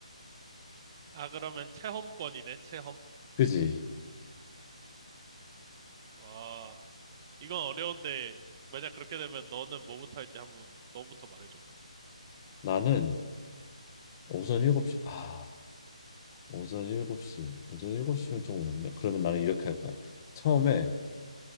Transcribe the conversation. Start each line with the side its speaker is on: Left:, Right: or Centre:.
Right: 아, 그러면 체험권이네, 체험.
Left: 그지?
Right: 와, 이건 어려운데, 만약 그렇게 되면 너는 뭐부터 할지 한번 너부터 말해줘봐.
Left: 나는 오전 7시 아 오전 7시 오전 7시면 좀 어렵네. 그러면 나는 이렇게 할 거야. 처음에